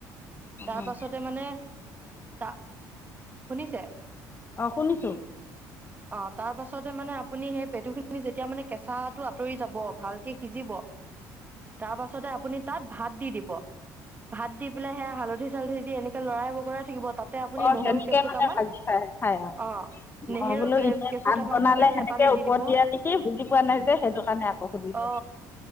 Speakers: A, on the left; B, on the right.
A: উম
B: তাৰ পাছতে মানে তা শুনিছে?
A: শুনিছোঁ
B: অ, তাৰ পাছতে মানে আপুনি সেই পেটুখিনি যেতিয়া মানে কেঁচাটো আঁতৰি যাব, ভালকে সিজিব তাৰ পাছতে আপুনি তাত ভাত দি দিব, ভাত দি পেলাই সেয়াই হালধি, চালধি দি এনেকে লৰাই-বকৰাই থাকিব। তাতে আপুনি
A: অ,
B: নহৰু
A: সেনেকে
B: কেইফুটামান
A: মানে ভাজি খাই-খাই আও,
B: অ
A: মই
B: নেহেৰু
A: বোলো এনেই
B: কেইফুটামান
A: ভাত বনালে
B: মানে থেতালি
A: সেনেকে
B: দি
A: ওপৰত
B: দিব
A: দিয়া নেকি বুজি পোৱা নাই যে, সেইটো কাৰণে আকৌ সুধিছো।
B: অ